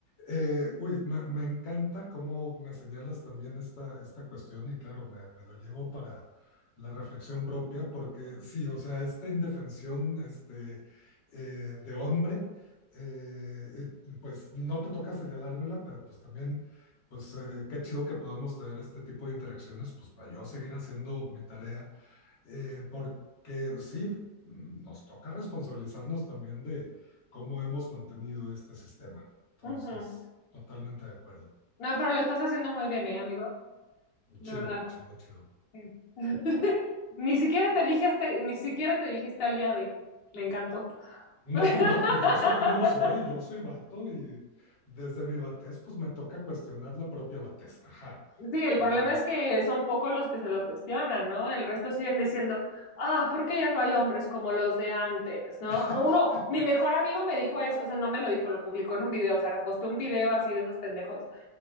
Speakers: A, on the left; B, on the left.
A: Eh, uy, me, me encanta cómo me señalas también esta, esta cuestión y claro, me, me lo llevo para la reflexión propia porque sí, o sea, esta indefensión este, eh, de hombre eh, pues no te toca señalármela, pero pues también, pues eh, qué chido que podamos tener este tipo de interacciones, pues para yo seguir haciendo mi tarea, eh, porque sí, nos toca responsabilizarnos también de cómo hemos mantenido este sistema. Entonces,
B: Ujú.
A: totalmente de acuerdo.
B: No, pero lo estás haciendo muy bien, ¿eh, amigo? De
A: Chido,
B: verdad.
A: chido, chido.
B: sí. <laughs> Ni siquiera te dije, este- ni siquiera te dijiste aliade. Me encantó.
A: No,
B: <laughs>
A: no, yo yo sé que no lo soy, yo soy vato y desde mi vatez, pues me toca cuestionar la propia vatez. Ajá.
B: Sí, el
A: Sí,
B: problema
A: es-
B: es que son pocos los que se lo cuestionan, ¿no? El resto siguen diciendo, ah, ¿por qué ya no hay hombres como los de antes, ¿no?
A: <laughs>
B: Uno, mi mejor amigo me dijo eso, o sea, no me lo dijo, lo publicó en un video, o sea, reposté un video así de esos pendejos.